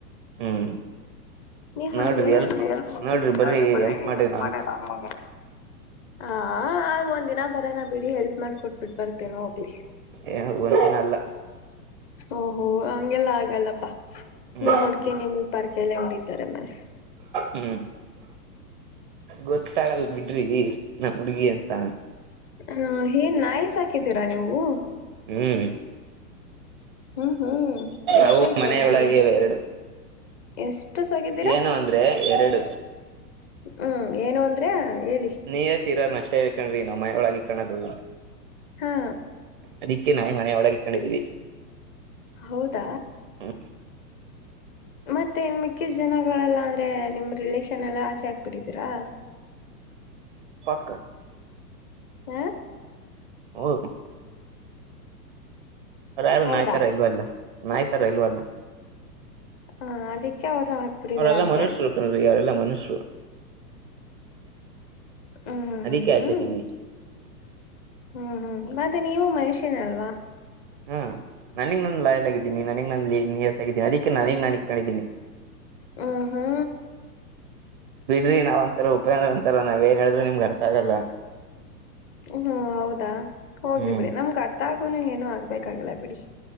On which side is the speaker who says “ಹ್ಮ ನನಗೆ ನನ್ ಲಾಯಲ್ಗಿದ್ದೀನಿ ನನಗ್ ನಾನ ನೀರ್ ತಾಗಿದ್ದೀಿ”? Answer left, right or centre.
Right